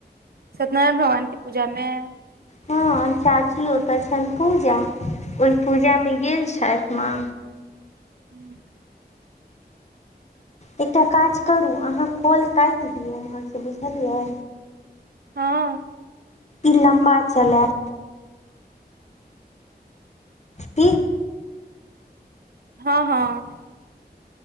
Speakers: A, on the right; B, on the left.
A: सत्यनारायण भगवानके पूजा मे?
B: हँ, चाची ओतय छनि पूजा, ओहि पूजामे गेल छथि माँ
A: हूँ।
B: एकटा काज करू आहा कॉल काटि दियौ उम्हरसँ बुझलियै?
A: हँ।
B: ई लम्बा चलइत। ठीक।
A: हँ, हँ।